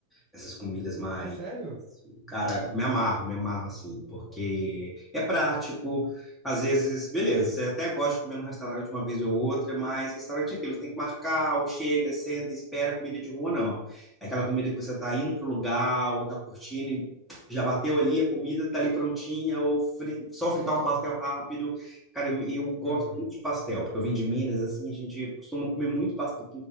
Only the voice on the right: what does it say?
Ah, é sério?
Aham.